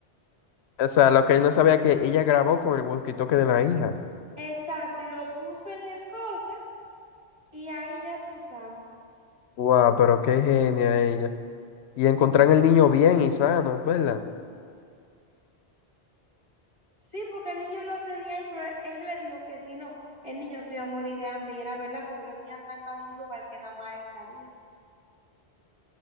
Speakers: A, on the left; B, on the right.
A: O sea, lo que él no sabía que ella grabó con el walkie-talkie de la hija.
B: Exacto, y lo puso en el cosa y ahí ya tú sabes.
A: Wow, pero qué genia ella. Y encontrar el niño bien y sano, ¿verdad?
B: Sí, porque el niño lo tenía ahí, pero él le dijo que si no, el niño se iba a morir de hambre y era verdad porque lo tenía trancado en un lugar que nada más él sabía.